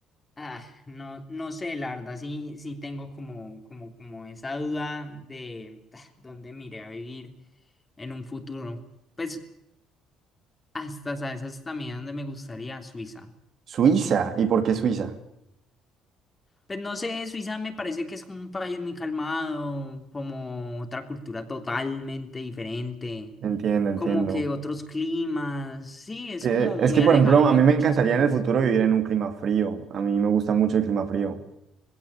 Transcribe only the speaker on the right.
Suiza, ¿y por qué Suiza?
Entiendo, entiendo.
Que,
es que, por
ejemplo,
a mí me
encantaría
en el futuro vivir en un clima frío. A mí me gusta mucho el clima frío.